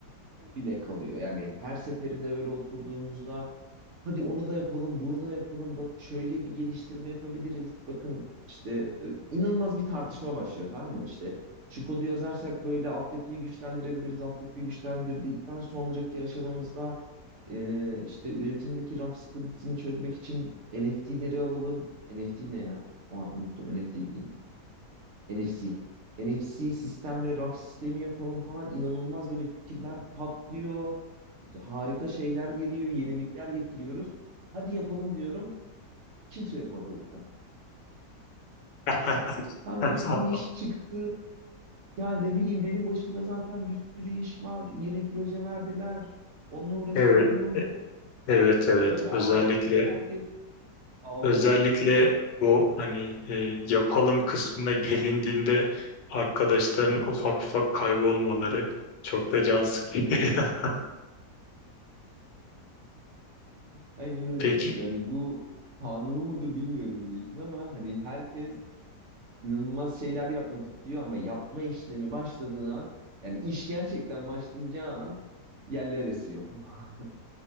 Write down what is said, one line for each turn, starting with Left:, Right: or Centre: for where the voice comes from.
Right: O bile kalıyor. Yani her seferinde böyle oturduğumuzda hadi onu da yapalım, bunu da yapalım. Bak şöyle bir geliştirme yapabiliriz. Bakın işte e, inanılmaz bir tartışma başlıyor tamam mı? İşte şu kodu yazarsak böyle altyapıyı güçlendirebiliriz. Altyapıyı güçlendirdikten sonraki aşamamızda e, işte üretimdeki raf sıkıntısını çözmek için NFT'leri alalım. NFT ne ya? O an unuttum. NFT değil. NFC. NFC sistemle raf sistemi yapalım falan inanılmaz böyle fikirler patlıyor. Harika şeyler geliyor, yenilikler getiriyoruz. Hadi yapalım diyorum. Kimse yok ortalıkta.
Left: <laughs>
Right: Kanka şu iş çıktı. Ya ne bileyim benim başımda zaten bir sürü iş var. Yeni proje verdiler. Onunla uğraşıyorum.
Left: Evet, e- evet, evet.
Right: Böyle
Left: Özellikle
Right: ağ herkes ağlıyordu.
Left: özellikle bu hani e, yapalım kısmına gelindiğinde arkadaşların
Right: <laughs> Hı hı.
Left: ufak ufak kaybolmaları çok da can sıkıcı. <laughs>
Right: Aynen öyle.
Left: Peki
Right: Yani bu kanunu mudur bilmiyorum bu işin ama hani herkes inanılmaz şeyler yapmak istiyor ama yapma işlemi başladığı an yani iş gerçekten başlayacağı an yerler esiyor. <laughs>